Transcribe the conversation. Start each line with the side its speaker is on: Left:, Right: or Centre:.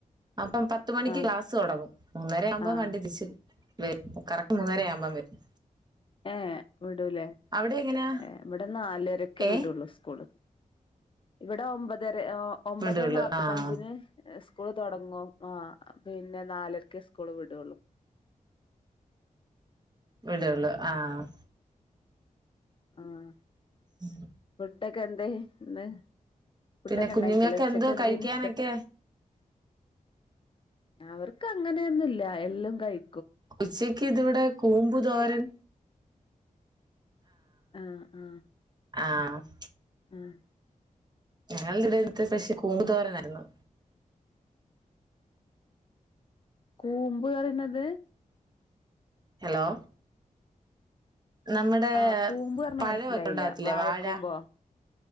Right: അപ്പം പത്തു മണിക്ക്
Left: ആഹ്
Right: ക്ലാസ്സ്‌ തൊടങ്ങും മൂന്നര ആവുമ്പോ
Left: ആഹ് ആഹ്
Right: വണ്ടി തിരിച്ച് വെരും കറക് ഒന്നര ആവുമ്പോ വരും
Left: ഏ വിടൂല്ലേ
Right: അവിടെ എങ്ങനാ
Left: ഏ ഇവിടെ നാലരക്കേ
Right: ഏ
Left: വിടൂള്ളു സ്കൂള് ഇവിടെ ഒമ്പതെര രെ ഓ ഒൻപതേ
Right: വിടൊള്ളു
Left: നാപ്പത്തഞ്ചിന്
Right: ആഹ്
Left: ഏ സ്കൂൾ തൊടങ്ങും ആഹ് പിന്നെ നാലരക്ക് ഉസ്കൂള് വിടോള്ളൂ
Right: വിടോള്ളൂ ആഹ്.
Left: ആഹ്
Right: ഇം
Left: ഫുഡാക്കെ എന്തേയ് ഇന്ന്? ഫുഡൊക്കെ
Right: പിന്നെ കുഞ്ഞിങ്ങക്കെന്തുവ
Left: ഉണ്ടാക്കില്ലേ ഉച്ചക്ക് എന്തേനി
Right: കഴിക്കാനൊക്കെ?
Left: അവർക്കങ്ങനെ ഒന്നും ഇല്ല എല്ലൊം കഴി
Right: ഉച്ച‌ക്കിതിവിടെ കൂമ്പ് തോരൻ
Left: ആഹ് ആഹ്
Right: ആഹ്
Left: ആഹ്
Right: ആഹ് ഞങ്ങൾടിവിടെത്തെ സ്പെഷ്യൽ കൂമ്പ് തോരനായിരുന്നു.
Left: കൂമ്പ് പറയണത്
Right: ഹലോ നമ്മടേ
Left: ആഹ് കൂമ്പ് പറഞ്ഞ
Right: പഴവൊക്കെ
Left: മനസ്സിലായില്ല
Right: ഒണ്ടാകത്തില്ലേ
Left: വാഴക്കൂമ്പോ
Right: വാഴ